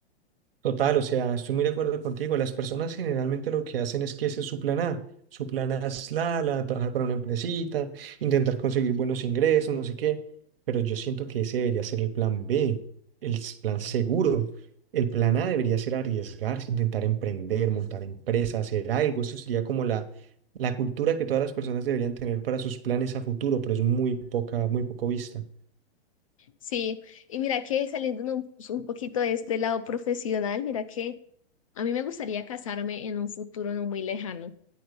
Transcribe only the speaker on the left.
Sí. Y mira que saliendo un, pues, un poquito de este lado profesional, mira que a mí me gustaría casarme en un futuro no muy lejano.